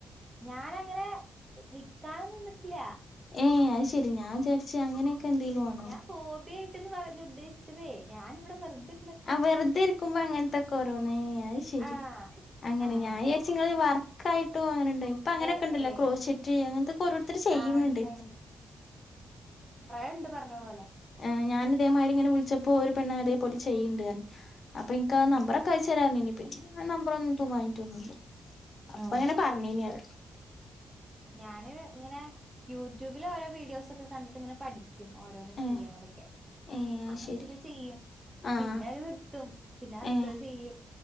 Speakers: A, on the right; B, on the left.
A: ഞാനങ്ങനെ വിക്കാന നിന്നിട്ടില്ല
B: ഏയ് അത് ശെരി ഞാൻ വിചാരിച്ച അങ്ങനെയൊക്കെ എന്തെേിലും ആണോ?
A: ഞാൻ ഹോബിയായിട്ട്ന്ന് പറഞ്ഞ് ഉദ്ദേശിച്ചതേ ഞാനിവിടെ വെറുതെ ഇരുന്നിട്ട്
B: വെറുതെരിക്കുമ്പോ അങ്ങനത്തെഒക്കെ ഓരോന്നു ശരി
A: ആഹ്.
B: അങ്ങനെ
A: ആഹ്.
B: ഞാൻ വിചാരിച്ചു വർക്കായിട്ടോ അങ്ങനെ അങ്ങനൊക്കെ
A: ഏയ്
B: ഉണ്ടല്ലോ
A: ഏയ്.
B: ക്രൗ സെറ്റ് അങ്ങനക്കെ ഓരോരുത്തരു ചെയണ്ട്
A: ആഹ് മനസ്സിലായി ഉണ്ട് പറഞ്ഞ പോലെ
B: ആ് ഞാനൻ ഇതേമാതിരി ഇങ്ങനെ വിളിച്ചപ്പോ ഒരു പെണ്ണ അതേപല ചെയ്യണ്ട അപ്പൊ എനിക്ക് ആ
A: ആഹ്.
B: നമ്പറൊക്കെ അയച്ചു തരാന്നു പറഞ്ഞെന് പിന്നെ ഞ നമ്പർ ഒന്നും വങ്ങട്ട് വന്നല്ലു അപ്പൊ
A: ആഹ്.
B: ഞങ്ങനെ പറഞ്ഞീന അ
A: ഞാന് ഇങ്ങനെ യൂട്യൂബില ഓരോ വീഡിയോസ ഒക്കെ കണ്ടിട്ട് ഇങ്ങനെ പഠിക്ക ഓരോന്ന് ചെയ്യണതൊക്കെ
B: ഏഹ് ഏഹ് അത്
A: അങ്ങനെ
B: ശെരി
A: ഇത് ചെയ്യും
B: ആഹ്
A: പിന്നെത് നിർത്തും പിന്നെ അടുത്തത്
B: ഏഹ്
A: ചെയ്യും.